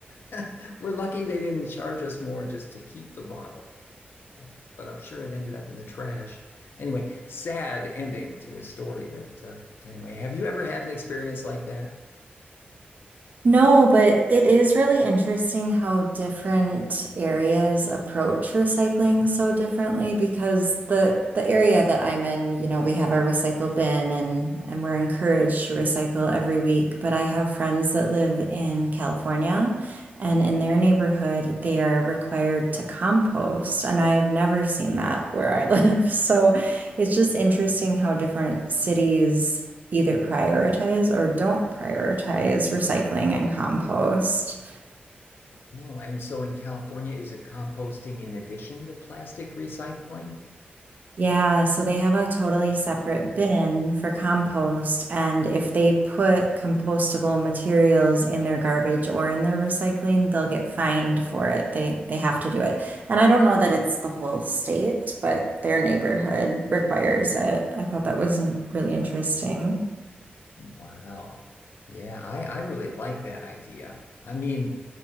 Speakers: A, on the left; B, on the right.
A: <laughs> We're lucky they didn't charge us more just to keep the bottle but I'm sure it ended up in the trash. Anyway, sad ending to a story that, uh, anyway, have you ever had an experience like that?
B: No, but it is really interesting how different areas approach recycling so differently because the the area that I'm in, you know, we have our recycle bin and and we're encouraged to recycle every week, but I have friends that live in California and in their neighborhood they are required to compost and I have never seen that where I live. <laughs> So it's just interesting how different cities either prioritize or don't prioritize recycling and compost.
A: No. And so in California, is it composting in addition to plastic recycling?
B: Yeah, so they have a totally separate bin for compost. And if they put compostable materials in their garbage or in their recycling, they'll get fined for it. They they have to do it. And I don't know that it's the whole state, but their neighborhood requires it. I thought that was in- really interesting.
A: Wow. Yeah, I, I really like that idea. I mean,